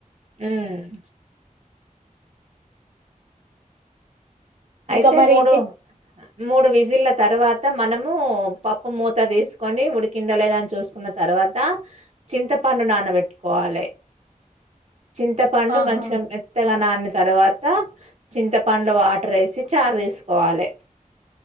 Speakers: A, on the right; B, on the right.
A: హ్మ్
B: ఇంకా
A: అయితే
B: మరి
A: మూడు
B: చిక్
A: మూడు విజిల్ల తర్వాత మనము పప్పు మూత తీసుకొని ఉడికిందా లేదా అని చూసుకున్న తర్వాత చింతపండు నానబెట్టుకోవాలి. చింతపండు
B: ఆహా
A: మంచిగా మెత్తగా నానిన తర్వాత చింతపండు వా టరేసి చార్ తీసుకోవాలి